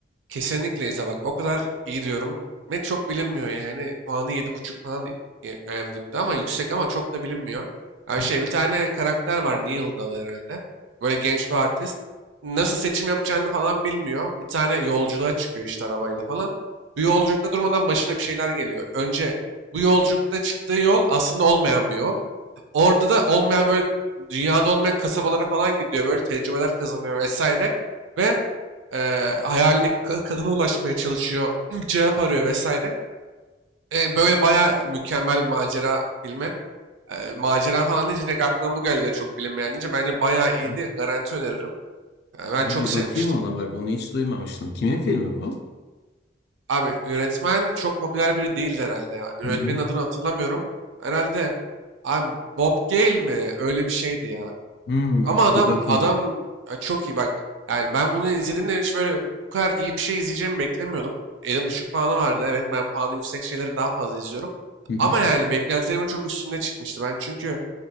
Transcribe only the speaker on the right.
Kesinlikle İza bak o kadar iyi diyorum. Ve çok bilinmiyor yani. Puanı yedi buçuk falan i- IMDb'de ama yüksek ama çok da bilinmiyor. Yani
şey bir tane karakter var Neil'da adı herhalde. Böyle genç bir artist. Nasıl seçim yapacağını falan bilmiyor. Bir tane yolculuğa çıkıyor işte arabayla falan. Bu yolculukta durmadan başına bir şeyler geliyor. Önce bu yolculukta çıktığı yol aslında olmayan bir yol. Orada da olmayan böyle dünyada olmayan kasabalara falan gidiyor böyle tecrübeler kazanıyor vesaire ve eee hayalindeki ka- kadına ulaşmaya çalışıyor <clears throat> bir cevap arıyor vesaire. E, böyle bayağı mükemmel bir macera filmi. E, macera falan deyince direkt aklıma bu geldi de çok bilinmeyen deyince bence bayağı iyiydi
garanti öneririm. E, ben
çok sevmiştim.
Abi yönetmen çok popüler biri değildi herhalde ya. Yönetmenin
adını hatırlamıyorum. Herhalde abi Bob Gale mi? Öyle bir şeydi ya.
Ama adam
adam ya çok iyi bak. Yani ben bunu izlediğimde hiç böyle bu kadar iyi bir şey izleyeceğimi beklemiyordum. 7,5 puanı vardı evet. Ben puanı yüksek şeyleri daha fazla izliyorum.
Ama yani beklentilerimin çok üstünde çıkmıştı. Ben çünkü